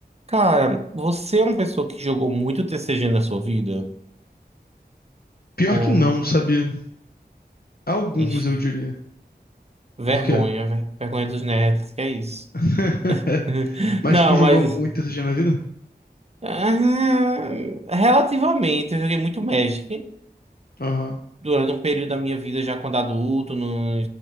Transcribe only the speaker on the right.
Cara, você é uma pessoa que jogou muito TCG na sua vida?
Ou,
ixi,
vergonha,
velho. Vergonha dos nerds, que é isso?
<laughs>
Não,
mas.
ah, relativamente, eu joguei muito Magic
durante um período da minha vida, já quando adulto. No,